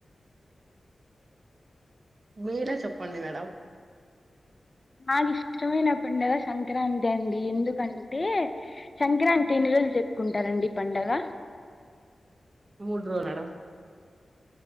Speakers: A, on the right; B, on the left.
A: మీర చెప్పండి మేడం
B: నాకుష్టమైన పడుగ సంక్రాంతి అండి, ఎందుకంటే సంక్రాంతి ఎన్ని రోజులు చెప్పుకుంటారండి ఈ పండగ
A: మూడు రోజులుడా